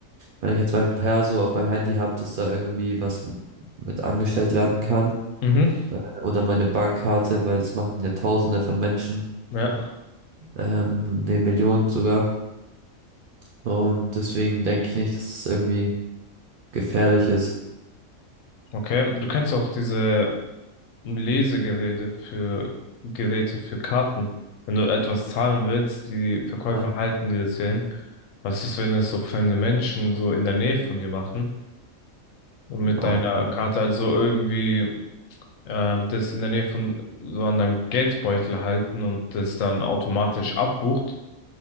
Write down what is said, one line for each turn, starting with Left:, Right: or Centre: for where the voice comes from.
Right: wenn ich jetzt mein Perso auf meinem Handy habe, dass da irgendwie was m- mit angestellt werden kann,
Left: Mhm.
Right: äh, oder meine Bankkarte, weil das machen ja Tausende von Menschen,
Left: Ja,
Right: ähm, ne, Millionen sogar. Und deswegen denke ich nicht, dass es irgendwie gefährlich ist.
Left: okay. Du kennst ja auch diese Lesegeräte für Geräte für Karten. Wenn du etwas zahlen willst, die Verkäufer
Right: Ne?
Left: halten dir das ja hin. Was ist, wenn es so fremde Menschen so in der Nähe von dir machen? Und mit
Right: Oh,
Left: deiner
Right: oh,
Left: Karte
Right: oh. Man
Left: also irgendwie ähm, das in der Nähe von so an deinem Geldbeutel halten und das dann automatisch abbucht.